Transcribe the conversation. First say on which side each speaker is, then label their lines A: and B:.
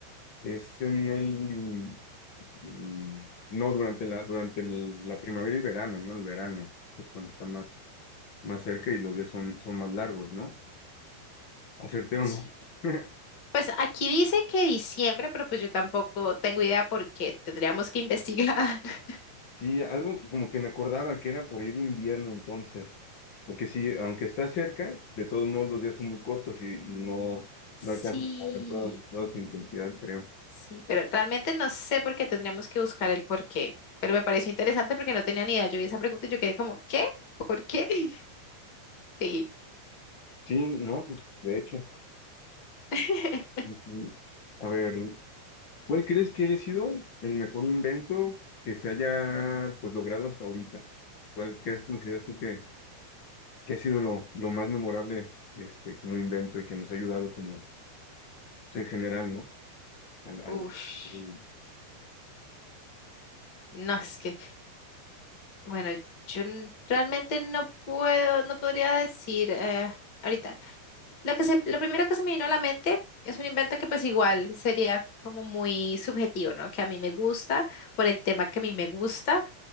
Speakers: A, on the left; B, on the left.
A: es en el, in- in- no, durante la, durante el- la primavera y verano, ¿no? El verano es cuando está más, más cerca y los días son, son más largos, ¿no? ¿Acerté o
B: Sí,
A: no? <laughs>
B: Pues aquí dice que diciembre, pero pues yo tampoco tengo idea porque tendríamos que investigar. <laughs>
A: Sí, algo como que me acordaba que era por ahí de invierno entonces, porque sí, aunque está cerca, de todos modos los días son muy cortos y, y no, no alcanza
B: Sí,
A: a ver toda, toda su intensidad, creo.
B: sí, pero realmente no sé por qué tendríamos que buscar el por qué. Pero me pareció interesante porque no tenía ni idea. Yo vi esa pregunta y yo quedé como, ¿qué? ¿Por qué? <laughs> Sí.
A: Sí, no, pues de hecho.
B: <laughs>
A: Ujú. A ver, ¿cuál crees que haya sido el mejor invento que se haya pues logrado hasta ahorita? ¿Cuál crees, consideras tú que, que ha sido lo, lo más memorable este, como invento y que nos ha ayudado como o sea, en general, ¿no? Al, al-
B: Uf,
A: al-
B: no, es que, bueno, yo n- realmente no puedo, no podría decir eh, ahorita. Lo que se, lo primero que se me vino a la mente es un invento que pues igual sería como muy subjetivo, ¿no? Que a mí me gusta por el tema que a mí me gusta